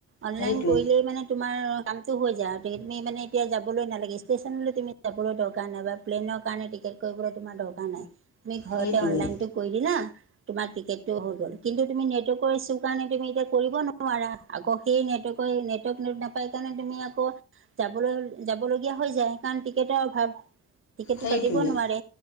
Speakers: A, on the right; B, on the left.
A: অনলাইন
B: সেইটোৱেই
A: কৰিলেই মানে তোমাৰ কামতটো হৈ যায় আৰু তেতিয়া তুমি মানে এতিয়া যাবলৈ নালাগে, ষ্টেচনলৈ তুমি যাবলৈ দৰকাৰ নাই বা প্লেইনৰ কাৰণে টিকেট কৰিবলৈ তোমাৰ দৰকাৰ নাই, তুমি ঘৰতে
B: সেইটোৱেই
A: অনলাইনতটো কৰি দিলা তোমাৰ টিকেটটো হৈ গ'ল। কিন্তু তুমি নেটৱৰ্কৰ ইছো কাৰণে তুমি এতিয়া কৰিব নোৱাৰা, আকৌ সেই নেটৱৰ্কৰ-নেটৱৰ্ক <unintelligible> পাই কাৰণে তুমি আকৌ যাবলৈ যাবলগীয়া হৈ যায়, সেইকাৰণে টিকেটৰ অভাৱ। টিকেট
B: সেইটোৱেই
A: কাটিব নোৱাৰে,